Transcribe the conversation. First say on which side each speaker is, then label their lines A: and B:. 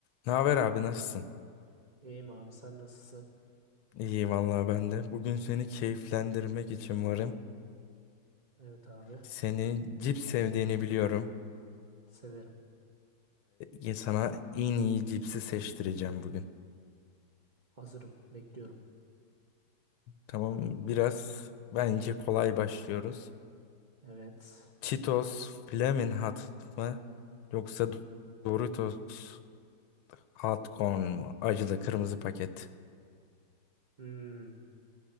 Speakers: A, on the left; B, on the right.
A: Ne haber abi nasılsın?
B: İyiyim abi sen nasılsın?
A: İyiyim vallahi ben de. Bugün seni keyiflendirmek için varım.
B: Evet abi
A: Seni cips sevdiğini biliyorum
B: severim.
A: ve sana en iyi cipsi seçtireceğim bugün.
B: Hazırım bekliyorum.
A: Tamam biraz bence kolay başlıyoruz.
B: Evet.
A: Cheetos Flamin' Hot mı yoksa Doritos Hot Corn mu? Acılı kırmızı paket.
B: Hmm.